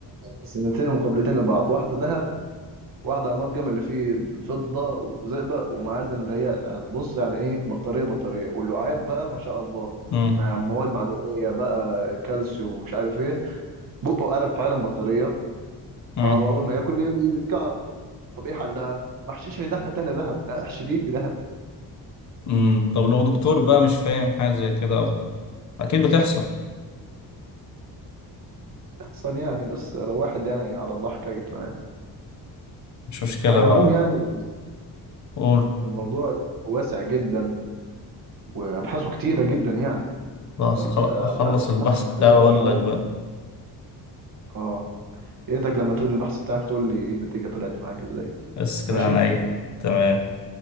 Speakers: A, on the right (about 60°); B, on the left (about 45°).
A: سنتين مقابلتين لبعض واحدة دهب واحدة أمالجم اللي فيه فضة وزئبق ومعادن اللي هي بص يعني إيه بطارية بطارية واللعاب بقى ما شاء الله
B: امم
A: مع مواد معدنية بقى كالسيوم ومش عارف إيه بقه قلب فعلا بطارية فهو
B: امم
A: أول ما ياكل بي- بي- بيتكهرب طب إيه حلها؟ ما احشيش من الناحية التانية دهب لا، احشي دي في دهب
B: امم طب لو دكتور بقى مش فاهم حاجة زي كده أو... أكيد بتحصل
A: أحسن يعني بس لو واحد يعني على الله حكايته يعني
B: مش مشكلة
A: على
B: بقى
A: العموم يعني
B: قول
A: الموضوع واسع جدا وأبحاثه كتيرة جدا يعني
B: خلاص
A: فأنت
B: خل- أخلص
A: مهما
B: البحث
A: بحثت تلاقي
B: ده
A: البحر
B: وأقول لك بقى
A: اه يا ريتك لما تقول البحث بتاعك تقول لي ايه النتيجة طلعت معاك ازاي
B: بس كده
A: ماشي
B: عن إيه تمام